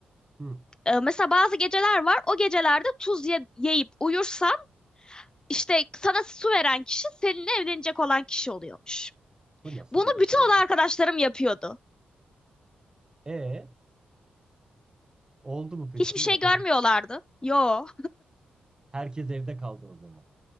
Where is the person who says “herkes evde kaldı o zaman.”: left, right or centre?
Right